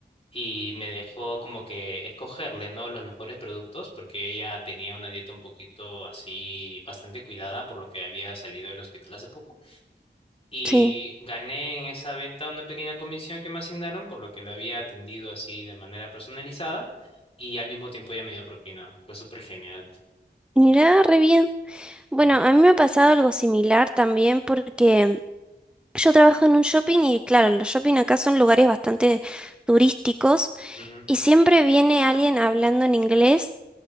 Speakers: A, on the left (about 30°); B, in the centre.
A: y me dejó como que escogerle, ¿no? Los mejores productos porque ella tenía una dieta un poquito así bastante cuidada por lo que había salido del hospital hace poco y
B: sí.
A: gané en esa venta una pequeña comisión que me asignaron por lo que lo había atendido así de manera personalizada y al mismo tiempo ella me dio propina. Fue súper genial.
B: Mirá, re bien. Bueno,
A: Ujú,
B: a mí me ha pasado algo similar también porque yo trabajo en un shopping y claro, los shopping acá son lugares bastante turísticos.
A: ujú,
B: Y siempre viene alguien hablando en inglés